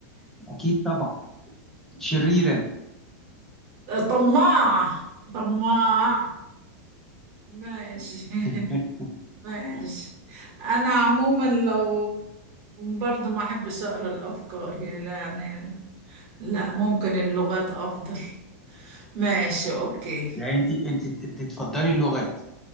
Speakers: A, in the centre; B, on the right.
A: أكيد طبعا شريرا
B: طماع طماع ماشي
A: <laughs>
B: <laughs> ماشي انا عموما لو برضو ما احبش اقرا الافكار يعني لا ممكن اللغات افضل ماشي اوكي
A: يعني أنت أنت أنت تفضلي اللغات